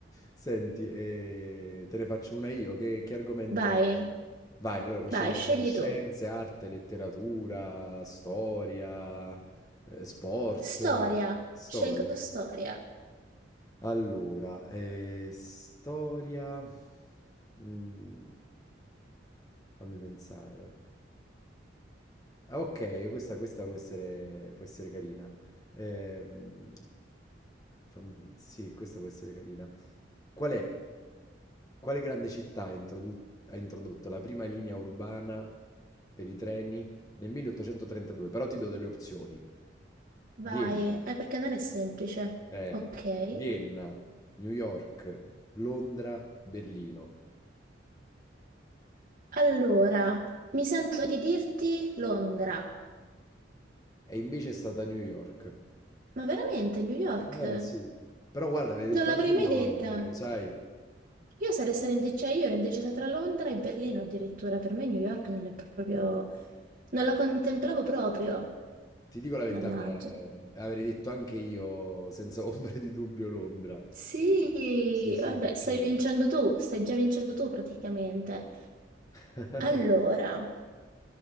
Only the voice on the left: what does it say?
Senti, eh, te ne faccio una io. Che, che argomento?
Vai, allora puoi
scegliere
tra scienze,
arte, letteratura, storia, eh, sport,
eh, storia.
Allora, eh, storia. Mm, fammi pensare. Ah, Ok, questa, questa può essere, può essere carina. Ehm, fammi- sì, questa può essere carina. Qual è, quale grande città ha introdu- ha introdotto la prima linea urbana per i treni nel 1832? Però ti do delle opzioni.
Vienna,
eh,
Vienna, New York, Londra, Berlino.
E invece è stata New York.
Eh sì. Però guarda, avevo detto
anche io
Londra, lo sai?
Ti dico la verità,
mi era avrei detto anche io senza <laughs> ombra di dubbio Londra.
Sì, sì,
perché
<laughs>